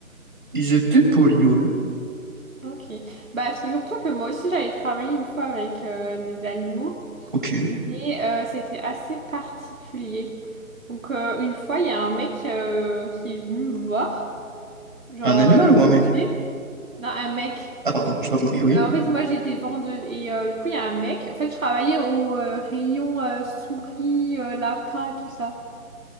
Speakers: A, on the right; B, on the right.
A: Ils étaient polis, ouais.
B: Ok. Bah, figure-toi que moi aussi, j'avais travaillé une fois avec euh, des animaux,
A: Ok.
B: mais euh, c'était assez particulier. Donc, euh, une fois, il y a un mec euh, qui est venu me voir. Genre,
A: Un animal
B: euh,
A: ou un mec?
B: il me disait- non, un mec.
A: Ah, pardon, j'ai pas compris, oui.
B: Euh, En fait, moi, j'étais vendeuse. Et euh, du coup, il y a un mec. En fait, je travaillais au euh, rayon euh, souris, euh, lapins, tout ça.